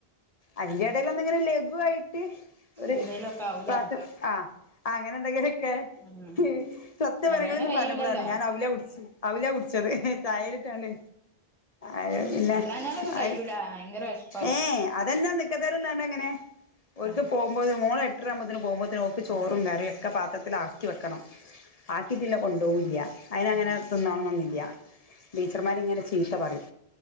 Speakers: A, on the left; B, in the centre.
A: അതിന്റെ എടെല് ഒന്നിങ്ങനെ ലഘുആയിട്ട് ഒരു
B: എന്തേലൊക്കെ ആവൂലേ
A: ക്ലാസിൽ അ അങ്ങനെ എന്തെങ്കിലൊക്കെ
B: ഉം
A: ഹ് സത്യം പറയ
B: അല്ലാഞ്ഞാ
A: ഇങ്ങളിന്ന്
B: കയ്യൂലല്ലോ
A: പറഞ്ഞപ്പളാ ഞാൻ ഔല കുടിച് ഔല കുടിച്ചത് ചായേലിട്ടാണ്ട് അത് പിന്നെ
B: അല്ലാഞ്ഞാലൊന്നും കയ്യൂല
A: അത്
B: ഭയങ്കര വെഷ്പാവും
A: ഏ അതെന്നാ നിക്കതലിന്നാൺട് ങ്ങനെ ഓൽക്ക്‌
B: അതെ
A: പോകുമ്പോ മോളെ എട്ടരാകുമ്പോത്തിന് പോകുമ്പത്തിന് ഓക്ക്‌ ചോറും
B: ആ
A: കറിം ഒക്കെ പാത്രത്തിലാ ആക്കി വെക്കണം. ആക്കിയിട്ടില്ലെ കൊണ്ടോകൂല്ല. അയിനങ്ങനെ
B: ആ
A: തിന്നോണെന്നൊന്നുല്ല ടീച്ചർമാരിങ്ങനെ ചീത്ത പറിം.